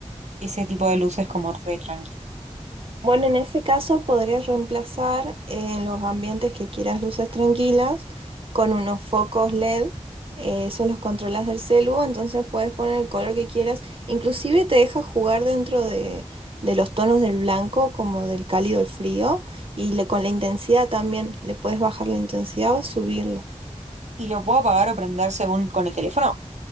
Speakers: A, on the right; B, on the right.
A: ese tipo de luz es como re tranquila.
B: Bueno, en ese caso podrías reemplazar en los ambientes que quieras luces tranquilas con unos focos LED. eh, esos los controlas del celu, entonces puedes poner el color que quieras. Inclusive te deja jugar dentro de, de los tonos del blanco, como del cálido al frío, y le- con la intensidad también. Le puedes bajar la intensidad o subirla.
A: Y lo puedo apagar o prender según con el teléfono.